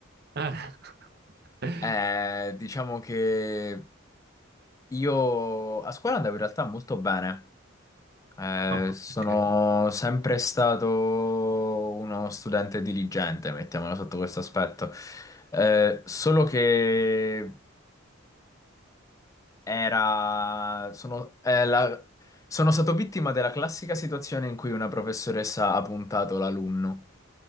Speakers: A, on the right; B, on the left.
A: Eh. <laughs>
B: Eh, diciamo che io a scuola andavo in realtà molto bene. Eh,
A: Ah,
B: sono
A: ok,
B: sempre stato uno studente diligente, mettiamolo sotto questo aspetto. Eh, solo che era, sono, eh, la- sono stato vittima della classica situazione in cui una professoressa ha puntato l'alunno.